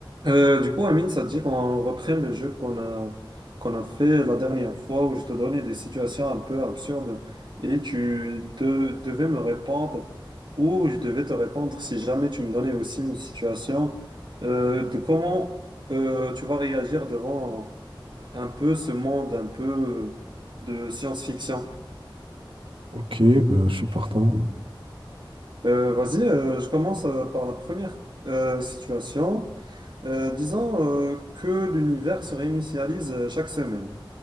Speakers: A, on the right; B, on the right.
A: Euh, du coup, Amine, ça te dit qu'on reprenne le jeu qu'on a, qu'on a fait la dernière fois où je te donnais des situations un peu absurdes et tu te- devais me répondre ou je devais te répondre si jamais tu me donnais aussi une situation euh, de comment euh, tu vas réagir devant un peu ce monde un peu de science-fiction.
B: Ok, bah, je suis partant.
A: Euh, vas-y, euh, je commence euh, par la première euh, situation. Euh, disons euh, que l'univers se réinitialise euh, chaque semaine.